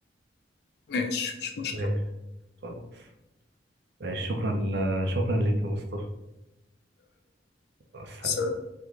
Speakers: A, on the left; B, on the right.
A: ماشي مش مشكلة
B: ماشي خلاص ماشي شكرا شكرا ليك يا مصطفى مع السلامة
A: سلام.